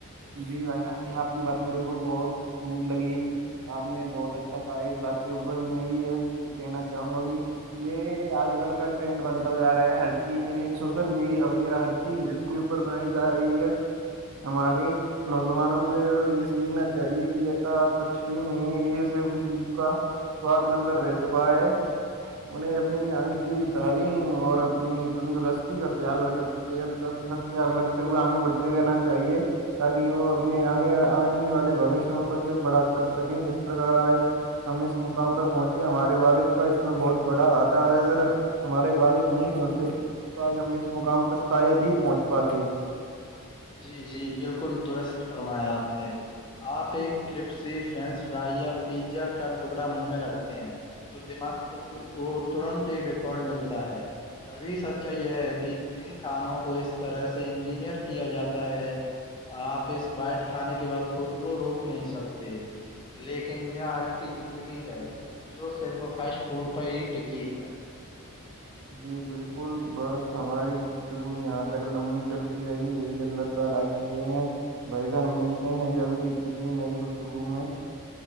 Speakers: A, on the right (about 65°); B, on the left (about 20°).
A: جی بھائی جان یہ آپ کی بات میرے کو بہت خوب لگی ہے آپ نے بہت اچھا کہا اس بات اس کے اوپر میں بھی یہ کہنا چاہوں گا کہ یہ آج کل کا ٹرینڈ بنتا جا رہا ہے ہر چیز میں سوشل میڈیا ہو یا ہر چیز اس کے اوپر بنائی جا رہی ہے ہمارے نوجوانوں کو یہ سیکھنا چاہیے کہ ایسا کچھ بھی نہیں ہے یہ صرف جی کا سواد بن کر رہ چکا ہے انہیں اپنی آنگے کی تعم اور اپنی تندرستی کا خیال رکھح خل رکھ تے ہوئے آگے بڑھتے رہنا چاہیے تاکہ وہ اپنے آگے آنے والے بوشیہ میں کچھ بڑا کر سکیں جس پرکار آج ہم اس مقام پر پہنچے ہمارے والد کا اس میں بہت بڑا ہاتھ ہے اگر ہمارے والد نہیں ہوتے تو آج ہم اس مقام تک شاید ہی پہنچ پاتے
B: جی جی بالکل درست فرمایا آپ نے آپ ایک کرپ فرینچ فرائی یا پیزا کا ٹکڑا منہ میں رکھتے ہیں جو دماغ وہ ترنت ایک ریکارڈ ملتا ہے کڑوی سچائی یہ ہے کہ ان کھانوں کو اس طرح سے انجینئر کیا جاتا ہے آپ اس بیائٹ کھانے کے بعد خود کو روک نہیں سکتے لیکن یہ آج کی زندگی ہے جو صرف فاسٹ فوڈ پر ہی ٹکی ہے
A: جی بالکل بس ہماری گفتگو یہاں تک لمبی چلتی رہی یہی اللہ تعالدا کہتے ہیں بھائیسان ملتے ہیں جلدی کسی نئی گفتگو میں